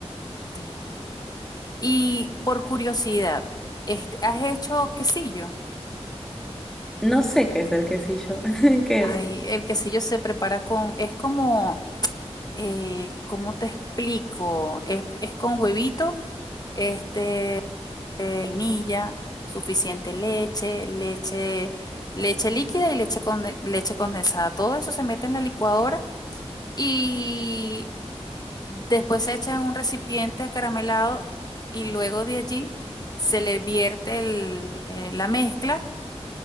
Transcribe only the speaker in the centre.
No sé qué es el quesillo. <laughs> ¿Qué
es?